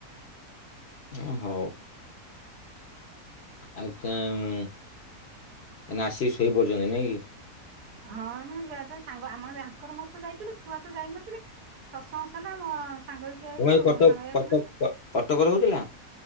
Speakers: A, on the left; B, on the right.
A: ହଁ ହଉ ଆଉ ତାନ୍ ତାହାନେ ଆସିକି ଶୋଇପଡିଚନ୍ତି ନାଇଁ କି?
B: ହଁ ଆମେ ଯାହା ଯାହା ସାଙ୍ଗ ଆମ ଆଙ୍କର ମୋର ତ ଯାଇଥିଲୁ ଛୁଆ ତ ଯାଇନଥିଲେ ସତସଙ୍ଗ ସରିଲା ଆମ ସାଙ୍ଗ ହେଇକି ଆଇଲୁ
A: ତମେ ଏଇ
B: ଆଉ।
A: କଟକ
B: ସାଙ୍ଗ ହେଇକି
A: କଟକ
B: ଯାଇଥିଲୁ।
A: କ କଟକରେ ହଉଥିଲା